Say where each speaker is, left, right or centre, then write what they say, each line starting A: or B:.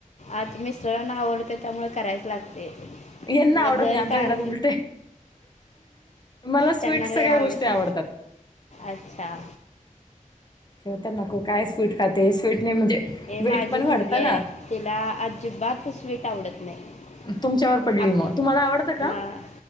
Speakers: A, on the left (about 55°); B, on the left (about 30°).
A: आता मिस्तरानां आवडते त्यामुळे करायच लागते.
B: यांना
A: मग
B: आवडत
A: दर
B: नाही आमच्या
A: कार
B: घरात उलटे. मला स्वीट
A: त्यांना
B: सगळ्या
A: लय आवडते
B: गोष्टी आवडतात.
A: अच्छा.
B: खेवता नको काय स्वीट खाते स्वीटने म्हणजे
A: हे
B: वेट
A: माझी
B: पण वाढतं
A: मुलगी आहे
B: ना.
A: तिला अजिबात स्वीट आवडत नाही.
B: तुमच्यावर पडली
A: आपलं
B: मग,
A: अं,
B: तुम्हाला आवडतं का?